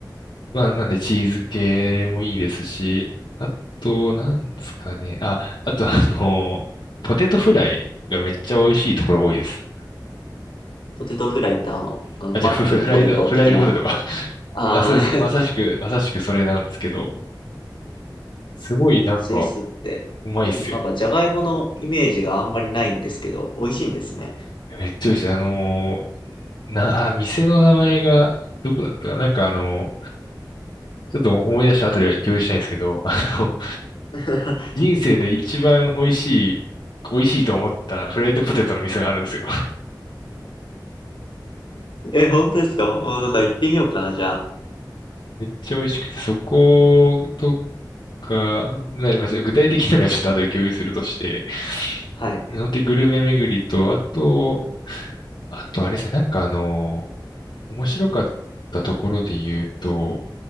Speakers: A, on the left; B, on the left.
A: まあ、なんでチーズ系もいいですし、あと、なんですかね。あ、あと、あの、ポテトフライがめっちゃ美味しいところ多いです。
B: ポテトフライってあの、あのマックのポテト的な、
A: あ、じゃあ、フ、フフライド、フライドポテトか。<laughs>
B: あー、
A: あ、そうです。まさしく、まさしくそれなんですけど、すごいなんか、
B: <laughs> スイスって、
A: うまいっすよ。
B: うんなんかジャガイモのイメージがあんまりないんですけど、美味しいんですね。
A: めっちゃ美味しい。あのーな、あ、店の名前が、どこだったかな。なんかあのちょっと思い出した後で共有したいんですけど、あの、
B: <laughs>
A: 人生で一番美味しい、美味しいと思ったフライドポテトの店があるんですよ。
B: え、本当ですかもうなんか行ってみようかな、じゃあ。
A: めっちゃ美味しくて、そことか、なまあ具体的なのはちょっと後で共有するとして、
B: はい。
A: 本当にグルメ巡りと、あと、あとあれですよなんかあの、面白かったところで言うと、